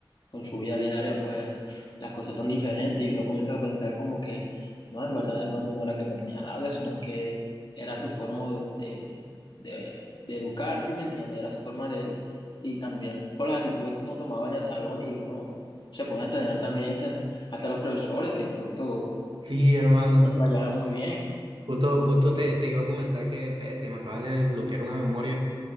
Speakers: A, on the left; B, on the right.
A: con
B: sí.
A: su vida diaria, pues las cosas son diferentes y uno comienza a pensar como que, no, en verdad de pronto no era que me tenía rabia, sino que era su forma de, de, de educar, ¿sí me entiende? Era su forma de... Y también por las actitudes que uno tomaba en el salón y uno se ponía a extrañar también ese, hasta los profesores que de pronto
B: Sí, hermano.
A: no se la llevaban muy bien.
B: Justo, justo te, te iba a comentar que, bestia, me acabas de desbloquear una memoria